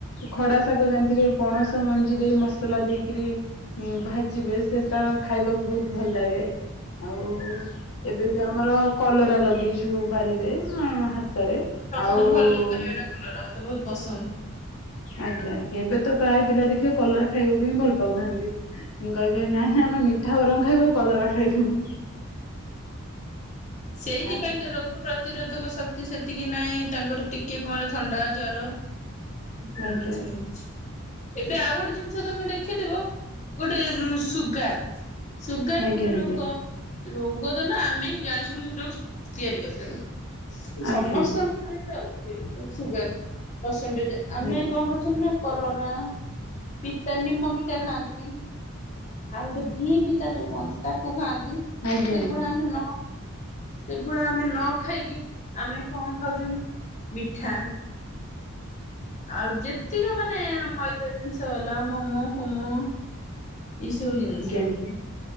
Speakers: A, on the left; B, on the left.
A: ଖଡା ଶାଗ ଜାଣିଥିବେ। ପଣସ ମଞ୍ଜି ଦେଇ ମସଲା ଦେଇକରି ଭାଜିବେ ସେ ତାର ଖାଇବାକୁ ବହୁତ ଭଲ ଲାଗେ। ଆଉ ଏବେ ବି ଆମର କଲରା ଲଗେଇଛୁ ବାରିରେ। ରେ
B: ସବୁଠୁ
A: ଆଉ।
B: ଭଲ ପରିବାଟା କଲରା ମତେ ବହୁତ ପସନ୍ଦ।
A: ଆଜ୍ଞା ଆଜ୍ଞା ଏବେ ତ ପ୍ରାୟ ପିଲା ଦେଖିବା କଲରା ଖାଇବାକୁ ହିଁ ଭଲ ପାଉନାହାନ୍ତି କହିବେ ନା ନା। ତମେ ମିଠା ବରମ ଖାଇବ ଆ କଲରା ଖାଇବୁନି।
B: ସେଇଥିପାଇଁ
A: ଆଜ୍ଞା
B: ତ ରୋଗ ପ୍ରତିରୋଧକ ଶକ୍ତି ସେତିକି ନାହିଁ। ତାଙ୍କର ଟିକେ କଣ ହେଲେ ଥଣ୍ଡା ଜର। ଜର
A: ଆଜ୍ଞା
B: ରହୁଛି ଏବେ ଆଉ ଗୋଟେ ଜିନିଷ ତମେ ଦେଖିଥିବ ଗୋଟେ ସୁଗାର ସୁଗାର
A: ଆଜ୍ଞା
B: ଗୋଟେ
A: ଆଜ୍ଞା
B: ରୋଗ। ରୋଗ ତ ନା ଆମେ ହିଁ ଜାଣିଶୁଣି ସେଟା ତିଆରି କରିପାରିଲୁ। ସମସ୍ତଙ୍କ
A: ଆଜ୍ଞା
B: ଅ ସୁଗାର ପରସେଣ୍ଟେଜ ଆମେ
A: ଆଜ୍ଞା
B: କଣ କରୁଛଛନ୍ତି ନା। କଲରା ପିତା ନିମ ପିତା ଖାଆନ୍ତି। ଆଉ ଗୋଟେ ଭି ପି ତା ଯୋଉ କୁହନ୍ତି ତାକୁ ଖାଆନ୍ତି।
A: ଆଜ୍ଞା ଆଜ୍ଞା
B: ସେଗୁଡା
A: ଆଜ୍ଞା
B: ଆମେ ନା ସେଗୁଡା ଆମେ ନ ଖାଇକି ଆମେ କଣ ଖାଉଛନ୍ତି ମିଠା। ଆଉ ଯେତିକ ମାନେ ମଇଦା ଜିନିଷ ହେଲା ମୋମୋ ଫୋମୋ ଏଇ ସବୁ ଜିନିଷ।
A: ଆଜ୍ଞା